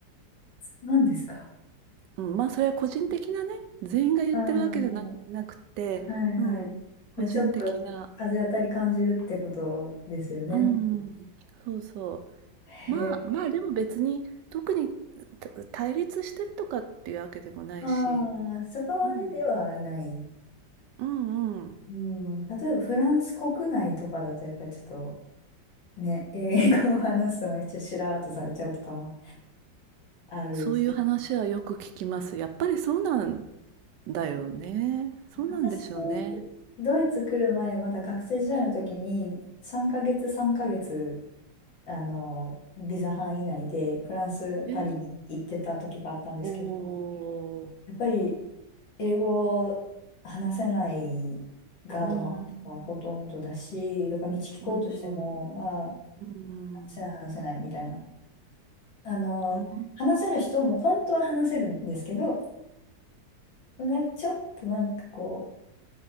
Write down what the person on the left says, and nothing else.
う。なんですか。
ああ、は
いはい。
まあ、
ちょっと風当たり感じるってことですよね。
へえ。
ああ、そこまでではない。
うん、例えばフランス国内とかだとやっぱりちょっとね、英語を話すのがちょっとしらーっとされちゃうとかあるし。
私、ドイツ来る前、まだ学生時代の時に、3ヶ月、3ヶ月、あの、ビザ範囲内で、フランス、
パリに行ってた時があったんですけど、
やっぱり、英語話せないガードマンとかほとんどだし、
だから道聞こうとしても、
ああ、話せない、話せないみたいな。あの、
話せる人も本当は話せるんですけど、なんかちょっとなんかこ